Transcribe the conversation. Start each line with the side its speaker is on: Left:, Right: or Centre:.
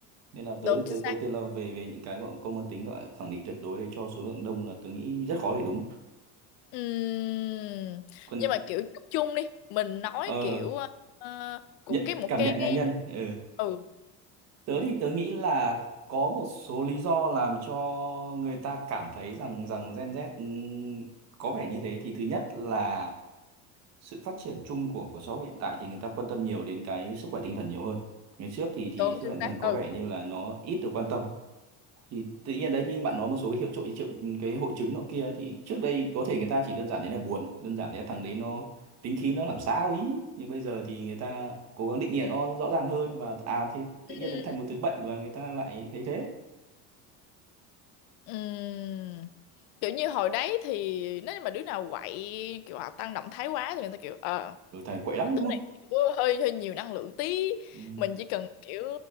Right: nên là
Left: đúng
Right: tớ
Left: chính
Right: tớ
Left: xác
Right: đầu tiên là về về những cái gọi công mang tính gọi khẳng định tuyệt đối đấy cho số lượng đông là tớ nghĩ rất khó để đúng
Left: ừ
Right: còn
Left: nhưng mà kiểu chung chung đi mình nói
Right: ờ,
Left: kiểu ờ, của
Right: nhận
Left: cái một
Right: cảm
Left: cái
Right: nhận cá nhân ờ.
Left: ừ
Right: tớ thì tớ nghĩ là có một số lý do làm cho người ta cảm thấy rằng rằng Gen Z ừm, có vẻ như thế thì thứ nhất là sự phát triển chung của của xã hội hiện tại thì người ta quan tâm nhiều đến cái sức khỏe tinh thần nhiều hơn ngày trước thì thì
Left: đúng
Right: sức
Left: chính
Right: khỏe tinh
Left: xác
Right: thần có
Left: ừ
Right: vẻ như là nó ít được quan tâm thì tự nhiên đấy như bạn nói một số cái hiệu triệu triệu cái hội chứng nọ kia thì trước đây có thể người ta chỉ đơn giản đấy là buồn đơn giản đấy là thằng đấy nó tính khí nó làm sao ý nhưng bây giờ thì người ta cố gắng định nghĩa nó rõ ràng hơn và à thì tự
Left: Ừ.
Right: nhiên nó thành một thứ bệnh và người ta lại thấy thế
Left: Ừm, kiểu như hồi đấy thì nếu như mà đứa nào quậy kiểu hoặc tăng động thái quá thì người ta kiểu ờ
Right: rồi thầy quậy lắm
Left: đứa
Right: đúng
Left: này
Right: không
Left: kiểu hơi hơi nhiều năng lượng tí
Right: ừ,
Left: mình chỉ cần kiểu